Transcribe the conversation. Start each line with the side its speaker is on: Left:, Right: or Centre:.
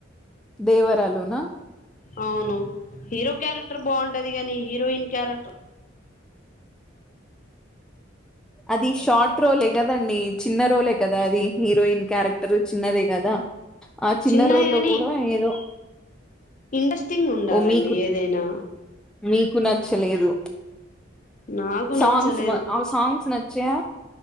Centre: దేవర లోన
Left: అవును హీరో క్యారెక్టర్ బాగుంటది గాని హీరోయిన్ క్యారెక్టర్
Centre: అది షార్ట్ రోలే కదండి చిన్న రోలే కదా అది హీరోయిన్ క్యారెక్టర్ చిన్నదే కదా ఆ చిన్న
Left: చిన్నది
Centre: రోల్
Left: గాని
Centre: కూడా ఏదో
Left: ఇంట్రెస్టింగ్ ఉండాలండి
Centre: ఓ మీకు
Left: ఏదైనా
Centre: మీకు నచ్చలేదు
Left: నాకు నచ్చలేదు
Centre: సాంగ్స్ ఆ సాంగ్స్ నచ్చా